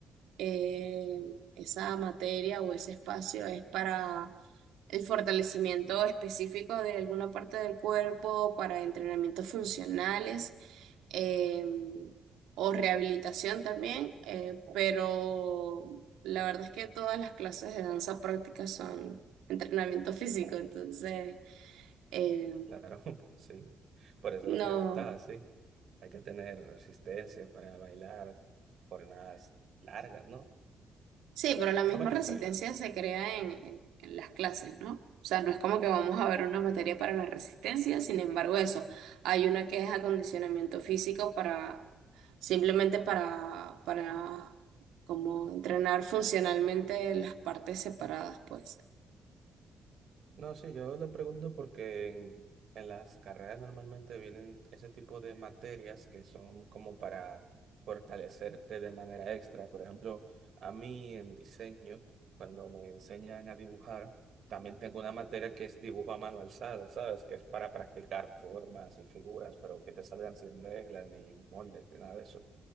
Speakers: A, on the right (about 85°); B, on the right (about 55°).
A: eh, esa materia o ese espacio es para el fortalecimiento específico de alguna parte del cuerpo para entrenamientos funcionales eh, o rehabilitación también, eh, pero la verdad es que todas las clases de danza práctica son entrenamiento físico, entonces eh,
B: Claro, <laughs> sí. Por eso
A: no,
B: lo preguntaba, sí. Hay que tener resistencia para bailar jornadas largas, ¿no?
A: sí, pero la misma
B: Yo me cansaría.
A: resistencia se crea en, en en las clases, ¿no? O sea, no es como que vamos a ver una materia para la resistencia, sin embargo, eso. Hay una que es acondicionamiento físico para simplemente para, para como entrenar funcionalmente las partes separadas, pues.
B: No, sí, yo lo pregunto porque en, en las carreras normalmente vienen ese tipo de materias que son como para fortalecerte de manera extra. Por ejemplo, a mí en diseño, cuando me enseñan a dibujar, también tengo una materia que es dibujo a mano alzada, ¿sabes? Que es para practicar formas y figuras, pero que te salgan sin reglas, ni moldes, ni nada de eso.